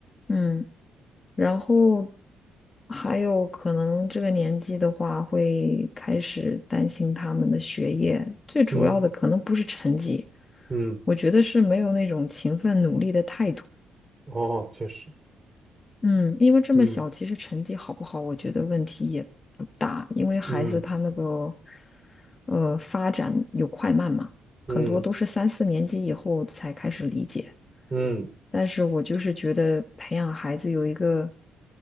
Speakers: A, on the left; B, on the right.
A: 嗯，然后还有可能这个年纪的话，会开始担心他们的学业，最主要的可能不是成绩，
B: 嗯嗯，
A: 我觉得是没有那种勤奋努力的态度。
B: 哦，确实，
A: 嗯，因为这么小，
B: 嗯
A: 其实成绩好不好，我觉得问题也不大，因为孩子他那个
B: 嗯
A: 呃发展有快慢嘛，
B: 嗯
A: 很多都是三四年级以后才开始理解。
B: 嗯。
A: 但是我就是觉得培养孩子有一个